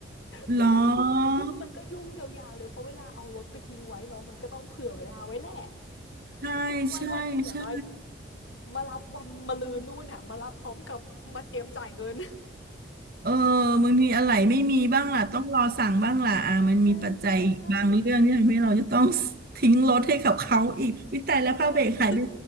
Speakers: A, on the left; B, on the right.
A: คือบางทียุ่งมันก็ยุ่งยาวๆเลยเพราะเวลาเอารถไปทิ้งไว้เนาะมันก็ต้องเผื่อเวลาไว้แหละ
B: เหรอใช่ใช่ใช่
A: ทิ้งไว้วันหนึ่งอย่างน้อยมารับวันมะรืนนู่นน่ะมารับพร้อมกับมาเตรียมจ่ายเงิน
B: เออมันมีอะไรไม่มีบ้างล่ะต้องรอสั่งบ้างล่ะอ่ามันมีปัจจัยบางเรื่องที่ทำให้เราจะต้อง
A: ใช่ใช่ใช่
B: <laughs> ทิ้งรถให้กับเขาอีกวิตายแล้วผ้าเบรกหายไป
A: ใช่ซึ่ง